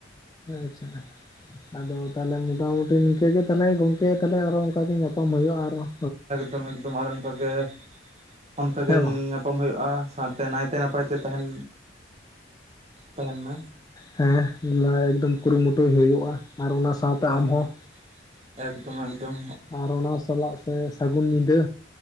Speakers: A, on the left (about 20°); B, on the right (about 35°).
A: ᱟᱪᱪᱷᱟ ᱾ ᱟᱫᱚ ᱛᱟᱦᱞᱮ ᱢᱚᱴᱟᱢᱩᱴᱤ ᱱᱤᱝᱠᱟᱹ ᱜᱮ ᱛᱟᱦᱚᱞᱮ ᱜᱚᱝᱠᱮ ᱛᱟᱦᱚᱞᱮ ᱚᱱᱠᱟ ᱧᱟᱯᱟᱢ ᱦᱩᱭᱩᱜᱼᱟ ᱟᱨᱦᱚᱸ
B: ᱮᱠᱫᱚᱢ ᱮᱠᱫᱚᱢ ᱟᱨ ᱚᱱᱠᱟ ᱜᱮ ᱚᱱᱠᱟᱜᱮ
A: ᱦᱮᱸ
B: <inaudible> ᱧᱟᱯᱟᱢ ᱦᱩᱭᱩᱜᱼᱟ ᱥᱟᱶᱛᱮ ᱱᱟᱭᱛᱮ ᱱᱟᱯᱟᱭ ᱛᱮ ᱛᱟᱦᱮᱱ ᱛᱟᱦᱮᱱ ᱢᱮ
A: ᱦᱮᱸ ᱮᱠᱫᱚᱢ ᱠᱩᱨᱩᱢᱩᱴᱩᱭ ᱦᱩᱭᱩᱜᱼᱟ ᱟᱨ ᱚᱱᱟ ᱥᱟᱶᱛᱮ
B: ᱦᱳᱭ
A: ᱟᱢᱦᱚᱸ
B: ᱦᱳᱭ ᱮᱠᱫᱚᱢ ᱮᱠᱫᱚᱢ
A: ᱟᱨ ᱚᱱᱟ ᱥᱟᱞᱟᱜ ᱥᱮ ᱥᱟᱹᱜᱩᱱ ᱧᱤᱫᱟᱹ,